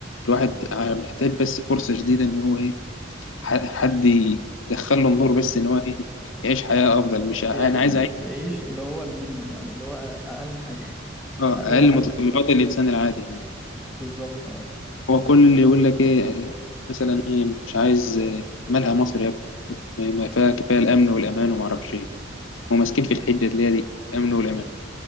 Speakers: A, on the left; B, in the centre.
A: الواحد ع- محتاج بس فرصه جديده ان هو ايه ح- حد يدخل له النور بس ان هو ايه يعيش حياه افضل مش ع-
B: يع-
A: انا عايز اعيش
B: يعيش اللي هو المينيموم يعني اللي هو اقل حاجه <laughs>
A: اه
B: اقل
A: اقل
B: حاجه
A: متطلبات الانسان العادي يعني
B: بالظبط اه
A: هو كل اللي يقول لك ايه مثلا ايه مش عايز مالها مصر يا ابني إيه، ما فيها كفايه الامن والامان وما اعرفش ايه هم ماسكين في الحجه اللي هي دي امن والامان